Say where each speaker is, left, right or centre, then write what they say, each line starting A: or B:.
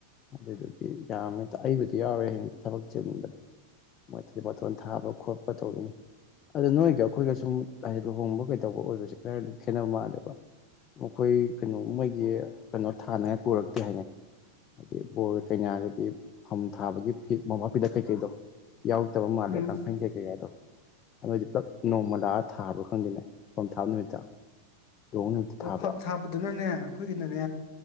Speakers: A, on the left; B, on the left.
A: ꯑꯗꯨꯗꯨꯒꯤ ꯌꯥꯝꯃꯦ ꯑꯩꯕꯨꯗꯤ ꯌꯥꯎꯔꯔꯣꯏ ꯍꯌꯦꯡ ꯊꯕꯛ ꯆꯤꯟꯕꯗꯣ ꯃꯥꯏ ꯊꯗꯩ ꯕꯥꯔꯇꯣꯟ ꯊꯥꯕ ꯈꯣꯠꯄ ꯇꯧꯗꯣꯏꯅꯤ ꯑꯗꯣ ꯅꯣꯏꯒ ꯑꯩꯈꯣꯏꯒ ꯁꯨꯝ ꯍꯥꯏꯗꯤ ꯂꯨꯍꯣꯡꯕ ꯀꯩꯗꯧꯕ ꯑꯣꯏꯕꯁꯦ ꯈꯔꯗꯤ ꯈꯦ- ꯈꯦꯠꯅꯕ ꯃꯥꯜꯂꯦꯕ ꯃꯈꯣꯏ ꯀꯩꯅꯣ ꯃꯣꯏꯒꯤ ꯀꯩꯅꯣ ꯊꯥꯅꯉꯥꯏ ꯄꯨꯔꯛꯇꯦ ꯍꯥꯏꯅꯦ ꯍꯥꯏꯗꯤ ꯕꯣꯔꯒ ꯀꯩꯅꯥꯒꯒꯤ ꯐꯝ ꯊꯥꯕꯒꯤ ꯐꯤ- ꯃꯣꯝꯄꯥꯛ ꯐꯤꯗꯛ ꯀꯩꯀꯩꯗꯣ ꯌꯥꯎꯔꯛꯇꯕ ꯃꯥꯜꯂꯦ
B: ꯎꯝ
A: ꯀꯥꯡꯈꯜ ꯀꯩ ꯀꯩ ꯒꯥꯗꯣ ꯑꯈꯣꯏꯗꯤ ꯄꯨꯂꯞ- ꯅꯣꯡꯃ ꯂꯥꯛꯑ- ꯊꯥꯕ꯭ꯔꯥ ꯈꯪꯗꯦꯅꯦ ꯐꯝ ꯊꯥꯕ ꯅꯨꯃꯤꯠꯇ ꯂꯨꯍꯣꯡ ꯅꯨꯃꯤꯠꯇ
B: ꯑꯣ
A: ꯊꯥꯕ꯭ꯔꯥ
B: ꯐꯝ ꯊꯥꯕꯗꯨꯅꯅꯦ ꯑꯩꯈꯣꯏꯒꯤꯅꯅꯦ